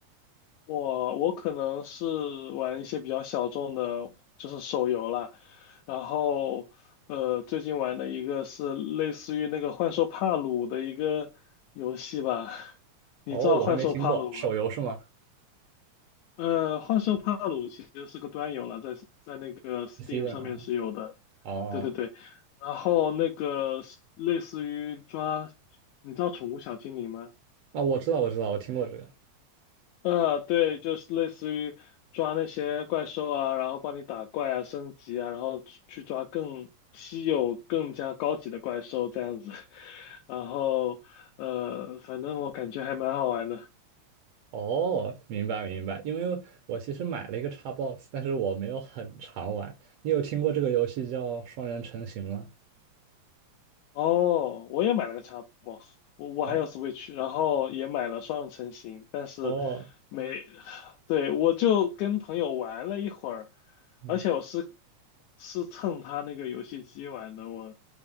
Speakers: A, on the left; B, on the right.
A: 我我可能是玩一些比较小众的，就是手游啦。然后呃，最近玩的一个是类似于那个幻兽帕鲁的一个游戏吧，<laughs> 你知道幻兽帕鲁吗？
B: 哦，我还没听过，手游是吗
A: 呃，幻兽帕鲁其实是个端游了，在在那个 Steam
B: ？PC 的啊，
A: 上面是有的，
B: 哦
A: 对对对。然后那个是类似于抓，你知道宠物小精灵吗？
B: 啊，我知道，我知道，我听过这个。
A: 呃，对，就是类似于抓那些怪兽啊，然后帮你打怪啊、升级啊，然后去去抓更稀有、更加高级的怪兽这样子。<laughs> 然后呃，反正我感觉还蛮好玩的。
B: 哦，明白明白，因为我其实买了一个 Xbox，但是我没有很常玩。你有听过这个游戏叫《双人成行》吗？
A: 哦，我也买了个 Xbox，我我还有
B: 啊，
A: Switch，然后也买了双人成行，但是
B: 哦，
A: 没，<sighs> 对，我就跟朋友玩了一会儿，
B: 嗯，
A: 而且我是是蹭他那个游戏机玩的，我